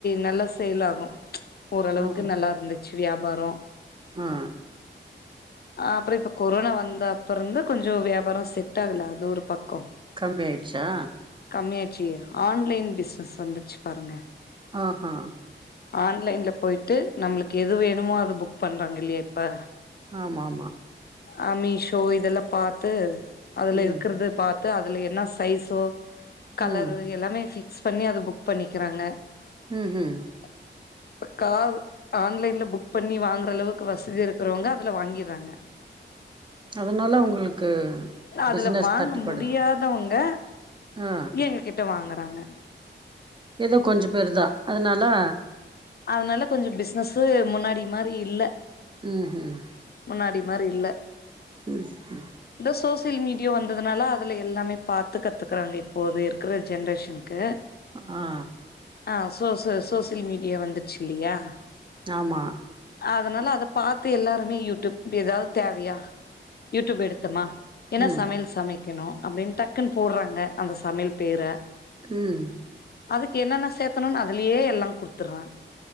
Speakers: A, on the left (about 55°); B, on the right (about 25°).
A: நல்லா சேல் ஆகும் ஓரளவுக்கு
B: ஆ
A: நல்லா இருந்து ச்சி வியாபாரோ
B: ஆ
A: அ அப்பறோ இப்ப கொரோனா வந்த அப்பறம் வந்து கொஞ்சோ வியாபாரம் செட் ஆகல அது ஒரு பக்கம்
B: கம்மி ஆய்டுச்சா
A: கம்மியாச்சு ஆன்லைன் பிஸ்னஸ் வந்துச்சு பாருங்க
B: ஆஹா
A: ஆன்லைன்ல போய்ட்டு நம்மளுக்கு எது வேணுமோ அது புக் பண்றாங்க இல்லையா இப்ப
B: ஆமாம்மா.
A: அ மிஷோ இதெல்லாம் பார்த்து அதில
B: ம்
A: இருக்கிறது பாத்து அதுல என்ன சைஸோ கலரு
B: ம்
A: எல்லாமே ஃபிக்ஸ் பண்ணி அது புக் பண்ணிக்கிறாங்க
B: ம் ம்
A: ஆஹ. ப்ப <unintelligible> ஆன்லைன்ல புக் பண்ணி வாங்றளவுக்கு வசதி இருக்றவங்க அதுல வாங்கிட்றாங்க
B: அதுனால உங்ளுக்கு
A: அதுல
B: பிசினஸ்
A: வாங்க
B: தட்டுப்படுது
A: முடியாதவங்க
B: ஆ
A: எங்க கிட்ட வாங்குறாங்க
B: எதோ கொஞ்ச பேரு தா அதுனால
A: அதனால கொஞ்ச பிஸ்னஸ்ஸு முன்னாடி மாரி இல்ல
B: ம் ஹும்
A: முன்னாடி மாரி இல்ல
B: சேர் சேர்
A: இந்த சோசியல் மீடியா வந்ததுனால அதுல எல்லாமே பாத்து கத்துக்குறாங்க இப்போது இருக்ற ஜென்ரேஷனுக்கு
B: ஆ
A: ஆ சோச சோசியல் மீடியா வந்துச்சுல்லயா
B: ஆமா
A: அதனால அத பாத்து எல்லாருமே யூடியூப் ப்ப எதாவ்து தேவயா யூடியூப் எடுத்தமா என்ன
B: ம்
A: சமையல் சமை க்கணு அப்டின் டக்குன்னு போட்றாங்க அந்த சமையல் பேர
B: ம்
A: அதுக்கு என்னென்ன சேத்தணுன் அதுலயே எல்லா குடுத்துட்றா